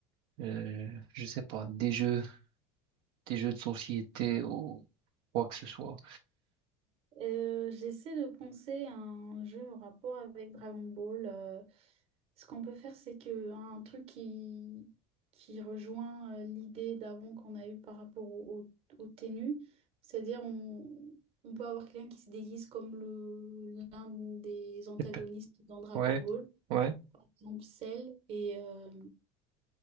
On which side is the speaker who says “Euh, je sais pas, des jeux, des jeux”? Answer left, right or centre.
Right